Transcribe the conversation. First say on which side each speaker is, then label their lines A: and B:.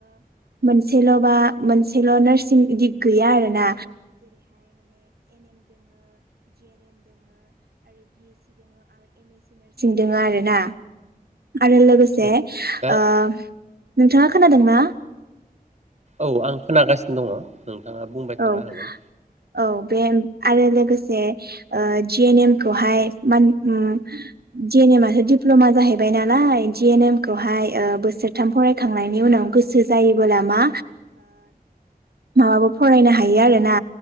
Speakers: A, on the right; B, on the right.
A: मोनसेल बा मोनसेल नारसिं इदि गैया आरोना दोङो आरोना आरो लोगोसे
B: औ दा
A: ओ नोंथाङा खोनादों ना?
B: औ आं खोनागासिनो दङ। नोंथाङा बुंबाय
A: औ
B: थानो हागोन
A: औ बे आरो लोगोसे ओ जि एन एम खौहाय मान उम जि एन एमआसो दिप्लमा जाहैबाय नालाय जि एन एम खौहाय ओ बोसोरथाम फरायखांनायनि उनाव गोसो जायोबोला मा ओ फरायनो हायो आरो ना